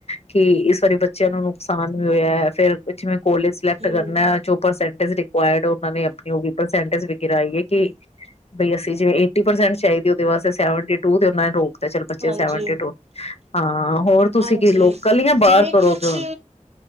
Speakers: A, on the left; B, on the right.
A: ਕਿ ਇਸ ਵਾਰੀ ਬੱਚਿਆਂ ਨੂੰ ਨੁਕਸਾਨ ਵੀ ਹੋਇਆ ਫਿਰ ਕੁੱਛ ਮੈ ਕੋਲੇਜ ਸਿਲੈਕਟ
B: ਹੂੰ,
A: ਕਰਨਾ ਜੋ ਪਰਸੈਂਟ ਏਸ ਇਟ ਰਿਕਵਾਯਰਡ ਉਹਨਾਂ ਨੇ ਆਪਣੀ ਉਹ ਵੀ ਪਰਸੈਂਟੇਜ ਵਿਕਰ ਆਈ ਹ ਕਿ ਕੋਈ ਅਸੀਂ ਜੇ ਏਟੀ ਪਰਸੈਂਟ ਚਾਹੀਦੀ ਉਹਦੇ ਵਾਸਤੇ ਸੇਵਂਟੀ ਟੂ ਤੇ ਉਹਨਾਂ ਨੇ ਰੋਕ ਚਲ ਬੱਚੇ
B: ਹਾਂਜੀ।
A: ਸੈਵਨਟੀ ਟੂ ਹਾਂ ਹੋਰ ਤੁਸੀਂ
B: ਹਾਂਜੀ,
A: ਕੀ ਲੋਕਲ ਜਾਂ ਬਾਹਰ
B: ਜਿਵੇਂ
A: ਕਰੋਗੇ
B: ਕੁਛ
A: ਹੁਣ